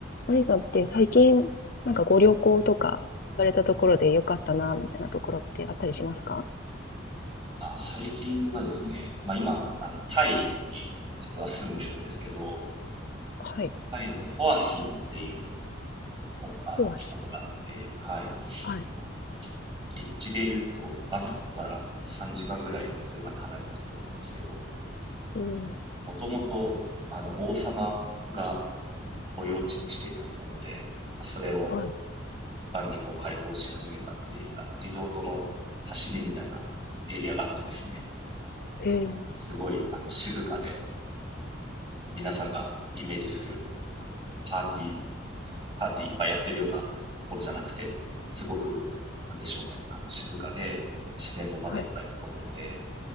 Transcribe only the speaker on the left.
マリーさんって最近、なんかご旅行とか行かれたところで良かったな、みたいなところってあったりしますか
はい。
ホワイ。
はい。
うん。
はい。
へえ。
はい。